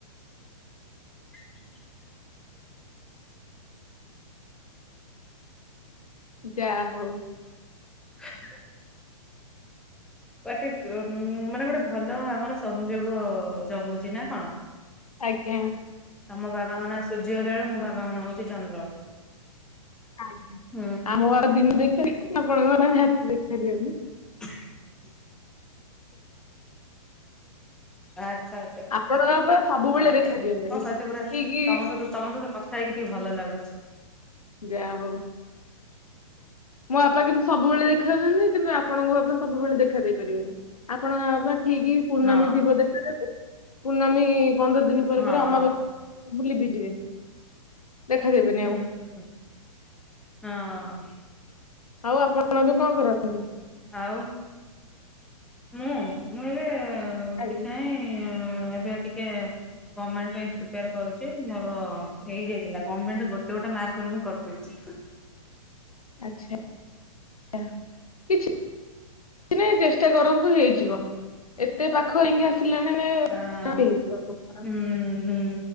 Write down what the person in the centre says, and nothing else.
<inaudible>
<unintelligible> ବାଟେ ମାନେ ଗୋଟେ ଭଲ ଆମର ସଂଯୋଗ ଜମୁଛି ନା କଣ?
ତମ ବାବାଙ୍କ ନାଁ ସୁର୍ଯ୍ୟ ହେଲାଳୁକୁ ମୋ ବାବାଙ୍କ ନାଁ ହଉଛି ଚନ୍ଦ୍ର।
ହୁଁ
<unintelligible> ଆଚ୍ଛା ଆଛା
ହଁ ହଁ
ସେତପୁରା
ତମ ସହିତ ତମ ସହିତ କଥା ହେଇକି ଟିକେ ଭଲ ଲାଗୁଛି।
ହଁ
ହଁ
ହୁଁ
ହଁ।
ଆଉ ମୁଁ। ମୁଁ ଏବେ
କିଛି ନାହିଁ ଏବେ ଟିକେ ଗଭର୍ଣ୍ଣମେଣ୍ଟ ପାଇଁ ପ୍ରିପେୟାର କରୁଚି ମୋର ହେଇଯାଇଥିଲା ଗଭର୍ଣ୍ଣମେଣ୍ଟ ଗୋଟେ ଗୋଟେ ମାର୍କରେ ମୁଁ କଟୁଚି। ଠ
ହଁ
ହୁଁ ହୁଁ।